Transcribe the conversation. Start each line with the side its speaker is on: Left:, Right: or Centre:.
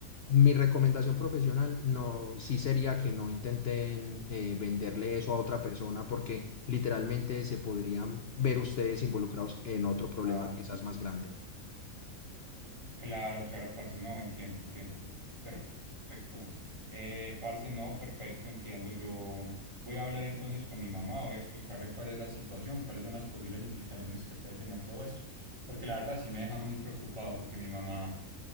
Left: mi recomendación profesional no, sí sería que no intenten eh, venderle eso a otra persona porque literalmente se podrían ver ustedes involucrados en otro problema
Right: Claro.
Left: quizás más grande.
Right: Claro, claro, parce, no, entiendo, entiendo. Perfecto. Eh, parce, no, perfecto, entiendo. Yo voy a hablar entonces con mi mamá, voy a explicarle cuál es la situación, cuáles son las posibles implicaciones que puede tener todo esto, porque la verdad sí me deja muy preocupado, porque mi mamá